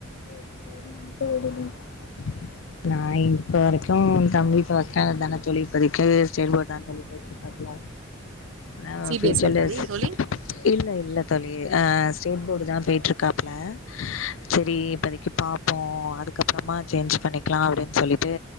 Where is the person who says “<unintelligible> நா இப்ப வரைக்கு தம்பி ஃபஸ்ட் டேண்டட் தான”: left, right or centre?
Left